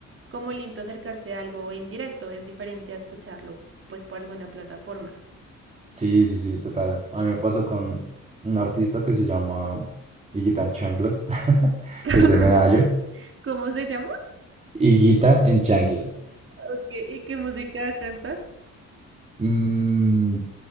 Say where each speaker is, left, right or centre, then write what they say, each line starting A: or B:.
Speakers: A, on the right (about 45°); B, on the right (about 20°).
A: como limpio acercarse a algo en directo, es diferente a escucharlo pues por alguna plataforma.
B: Sí, sí, sí, total. A mí me pasó con un artista que se llama Higuita en Chanclas, <laughs> que
A: <laughs>
B: es de Medallo.
A: ¿Cómo se llama?
B: Higuita en Chanclas.
A: ¿O qué- ¿Y qué música canta?
B: Mm,